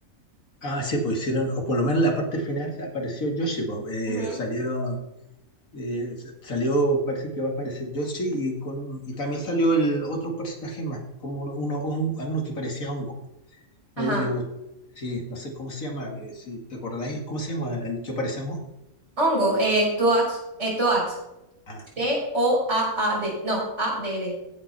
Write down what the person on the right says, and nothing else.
Ujú.
Ajá.
Hongo, eh, Toad, eh, Toad,
T-O-A-A-D, no, A-D-D,